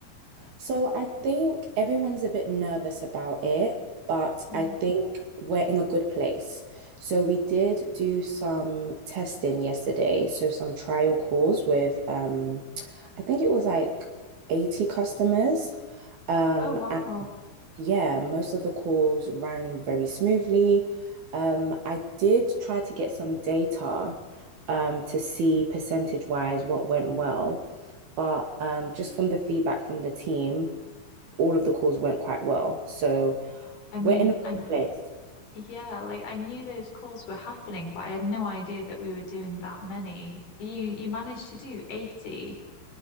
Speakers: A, on the right; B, on the left.
A: So I think everyone's a bit nervous about it, but
B: Mm.
A: I think we're in a good place. So we did do some testing yesterday, so some trial calls with um I think it was like 80 customers. Um
B: Oh wow.
A: and yeah, most of the calls ran very smoothly. Um I did try to get some data um to see percentage wise what went well, but um just from the feedback from the team all of the calls went quite well. So
B: I mean,
A: we're in a good
B: I
A: place.
B: Yeah, like I knew those calls were happening, but I had no idea that we were doing that many. You you managed to do 80.